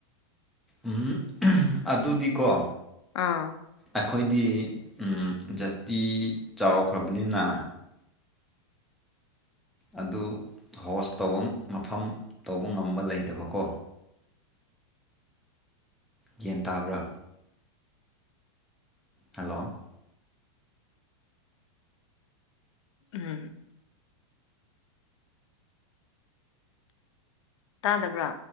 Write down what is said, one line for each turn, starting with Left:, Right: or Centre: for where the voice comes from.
Centre: ꯎꯝ ꯑꯗꯨꯗꯤꯀꯣ
Left: ꯑꯥ
Centre: ꯑꯩꯈꯣꯏꯗꯤ ꯎꯝ ꯖꯥꯇꯤ ꯆꯥꯎꯈ꯭ꯔꯕꯅꯤꯅ ꯑꯗꯨ ꯍꯣꯁ ꯇꯧꯕ ꯃꯐꯝ ꯇꯧꯕ ꯉꯝꯕ ꯂꯩꯇꯕꯀꯣ ꯒ꯭ꯌꯥꯟ ꯇꯥꯕ꯭ꯔꯥ ꯍꯜꯂꯣ
Left: ꯎꯝ ꯇꯥꯗꯕ꯭ꯔꯥ